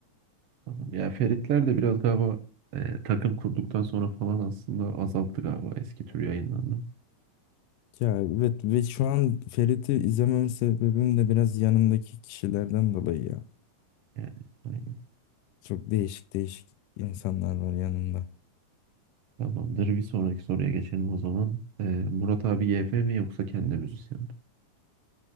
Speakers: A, on the right; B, on the left.
A: Tamam. Ya Feritler de biraz galiba e, takım kurduktan sonra falan aslında azalttı galiba eski tür yayınlarını.
B: Ya evet ve şu an Ferit'i izlemem sebebim de biraz yanındaki kişilerden dolayı ya.
A: Yani aynen.
B: Çok değişik değişik insanlar var yanında.
A: Tamamdır. Bir sonraki soruya geçelim o zaman. Ee, Murat abi YF mi yoksa kendi müzisyen mi?